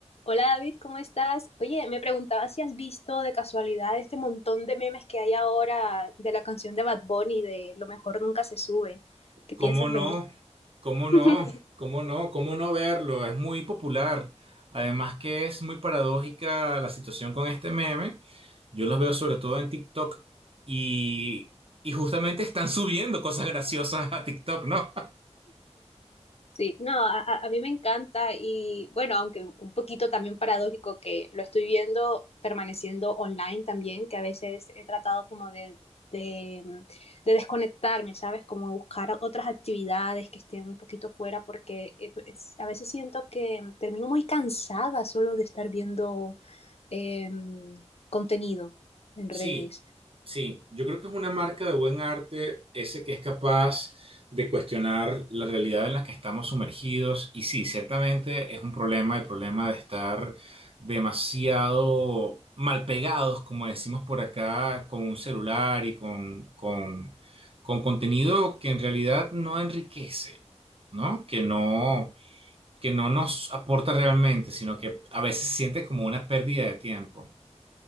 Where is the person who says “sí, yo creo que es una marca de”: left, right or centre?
Right